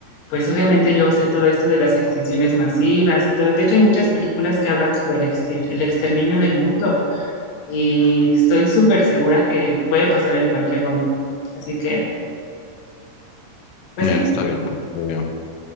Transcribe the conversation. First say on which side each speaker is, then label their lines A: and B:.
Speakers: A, on the left; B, on the left.
A: pues obviamente yo sé todo esto de las extinciones masivas y todo. De hecho, hay muchas películas que hablan sobre el, extir- el exterminio del mundo y estoy súper segura que puede pasar en cualquier momento. Así que, pues
B: Ya,
A: sí,
B: está bien. porque